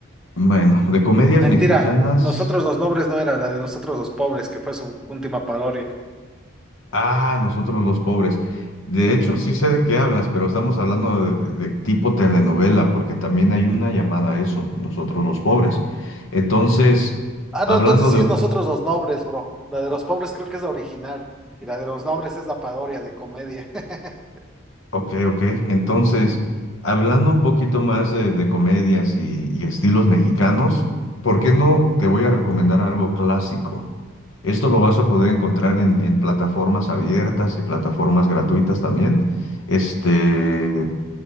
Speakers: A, on the left (about 70°); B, in the centre.
A: bueno, de comedias
B: Mentira,
A: mexicanas,
B: Nosotros los Nobles no era la de Nosotros los Pobres, que fue su última parodia.
A: ah, nosotros los pobres. De hecho, sí sé de qué hablas, pero estamos hablando de, de tipo telenovela, porque también hay una llamada a eso, nosotros los pobres. Entonces,
B: Ah,
A: hablando
B: no, entonces
A: de
B: sí es Nosotros los Nobles, bro. La de los pobres creo que es la original y la de los nobles es la parodia de comedia. <laughs>
A: Ok, ok. Entonces, hablando un poquito más de, de comedias y, y estilos mexicanos, ¿por qué no te voy a recomendar algo clásico? Esto lo vas a poder encontrar en, en plataformas abiertas y plataformas gratuitas también. Este,